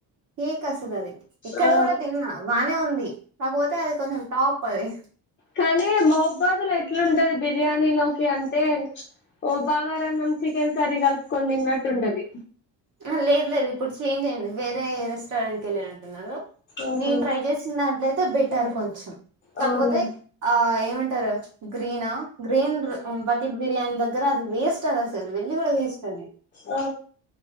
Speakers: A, on the right (about 45°); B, on the left (about 30°).
A: ఫేక్ అసల్ అది ఇక్కడ
B: ఆ
A: కూడా తిన్నా బానే ఉంది. కాకపోతే అది కొంచెం టాప్ అది
B: కానీ మౌబాదులు ఎట్లుంటది బిర్యానీ లోకి అంటే ఓ బాగారన్నం చికెన్ కర్రీ కల్పుకొని తిన్నట్టు ఉంటది.
A: ఆ లేదు లేదు ఇప్పుడు చేంజ్ అయింది వేరే రెస్టారెంట్కి వెళ్ళి అంటున్నారు
B: ఆహా
A: నేను ట్రై చేసిన దాంట్లయితే బెట్ టరు కొంచం
B: అవునా
A: కాకపోతే ఆ ఏమం టర్ గ్రీనా గ్రీన్ బకెట్ బిర్యానీ దగ్ దగర అది వేస్ట్ అది అసలు వెళ్లి కూడా వేస్ట్ అది
B: ఆ